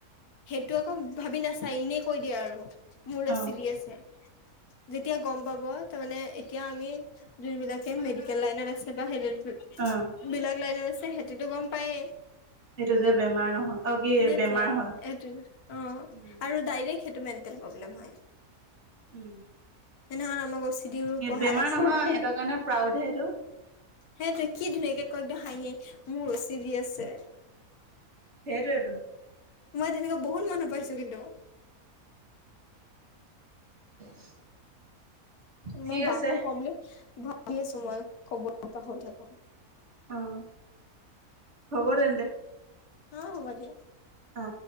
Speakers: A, on the left; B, on the right.
A: সেইটো আকৌ ভাবি নাচাই এনেই কৈ দিয়ে আৰু মোৰে
B: অ
A: চিবি আছে যেতিয়া গম পাব তাৰ মানে এতিয়া আমি যোনবিলাকে মেডিকেল লাইনত আছে বা সেই
B: অ
A: বিলাক লাইনত আছে সেইটো গম পায়েই
B: সেইটো যে বেমাৰ নহয় অ কি
A: সেইটোৱে
B: বেমাৰ হয়
A: সেইটো অ
B: উম
A: আৰু ডাইৰেক সেইটো মেটেল প্ৰব্লেম হয়
B: উম
A: এনে হ'লে আমাক অ চি ডিৰ পঢ়াই
B: বেমাৰ
A: আছে
B: নহয় সিহঁতৰ কাৰণে প্ৰাউডহে এইটো
A: সেইটোৱে কি ধুনীয়াকে কয় একদম হাঁহি মোৰ চিৰি আছে
B: সেইটোৱেতো
A: মই তেনেকে বহুত মানুহ পাইছো কিন্তু
B: <inaudible> ঠিক
A: মই বাকো
B: আছে।
A: কমলে ভাবি আছো মই ক'ব পাহৰি থাকো।
B: অহ, হব তেন্তে।
A: অ, হব দিয়া।
B: অ',